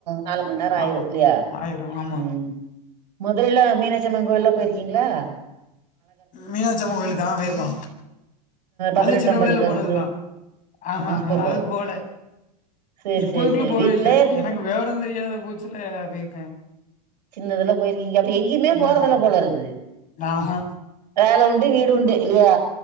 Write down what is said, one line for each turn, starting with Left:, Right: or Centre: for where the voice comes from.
Right: நாலு மணி நேரோ ஆயிரோ
Left: ஆமா
Right: இல்லியா
Left: ஆயிரு ஆமா
Right: ம் மதுரைல மீனாட்சி அம்மன் கோயில்லா போய்ர்க்கீங்ளா
Left: மீனாட்சி அம்மன் கோயிலுக்கா ஆ போய்ருக்கோ
Right: பதினெட்டாம்
Left: அதுவு சின்ன பிள்ளையில
Right: படி கருப்பு
Left: போனதுதா அ அ
Right: ஓஹோ!
Left: யாருமே போல
Right: சரி,
Left: இப்போய்க்குள்ள
Right: சரி, சரி.
Left: போவே
Right: வீட்லயே
Left: இல்ல
Right: இருந்துக்குறீங்க.
Left: எனக்கு வெவரோ தெரியாத பூச்சுல போய்ர்க்க
Right: சின்னதுல போய்ருக்கீங்க இப்ப எங்கேயுமே
Left: சின்ன
Right: போறதுல
Left: பயலுல.
Right: போல இருக்குது
Left: நான் ஆஹா
Right: வேல உண்டு வீடு உண்டு இல்லியா